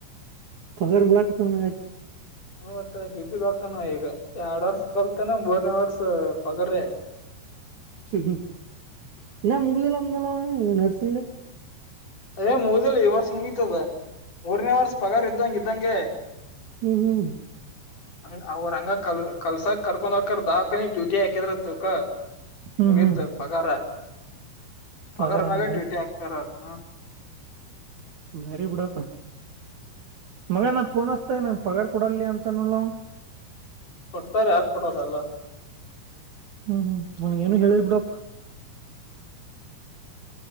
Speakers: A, on the right (about 50°); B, on the left (about 45°).
A: ಪಗಾರ್ ಬಿಳಕತಂದ ಆಯ್ತು
B: ಹ ಮತ್ತ ಡ್ಯೂಟಿ ವೊಕಾನವ ಈಗ ಎರಡ್ ವರ್ಷ ಕಲ್ತನ ಮೂರ್ನೇ ವರ್ಷ ಪಗ್ರೆ
A: ಹ್ಮ್ ಹ್ಮ್ <inaudible> ಇನ್ನ ಮುಗುದಲಂದಲ್ಲ ನರ್ಸಂಗೆ
B: ಅದೇ ಮುಗ್ದಲಿ ಈ ವರ್ಷ ಮುಗಿತದ ಮೂರನೇ ವರ್ಷ ಪಗಾರ್ ಇದ್ದಂಗ್ ಇದಂಗೆ
A: ಹ್ಮ್ ಹ್ಮ್
B: ಹಂಗ ಅವ್ರ ಹಂಗ ಕಲ್ ಕಲ್ಸಾಕ್ ಕರ್ಕೊಂಡ್ ದವಾಖಾನೆ ಡ್ಯೂಟಿ ಹಾಕಿದ್ರ ತಕ್ಕ
A: ಹ್ಮ್
B: ಮುಗಿತು
A: ಹ್ಮ್
B: ಪಗಾರ
A: ಪಗಾರ
B: ಪಗಾರನಾಗ
A: ಅನ್ನಂಗ ಆಯ್ತು
B: ಡ್ಯೂಟಿ ಹಾಕ್ತಾರಲ್ ಹ
A: ಭಾರಿ ಬುಡಪ್ಪ ಮಗ ನಾ ಪೋನ್ಸ್ತ ನನ್ ಪಗಾರ ಕೊಡಲಿ ಅಂತ ನೋಡಲ ಅವ
B: ಕೊಡ್ತಾರೆ ಆಕ್ ಕೊಡೋಲ್ಲಲ್ಲಾ
A: ಹ್ಮ್ ಹ್ಮ್ ಅವ್ನಿಗ್ ಏನು ಹೇಳಿಲ್ ಬಿಡಪ್ಪ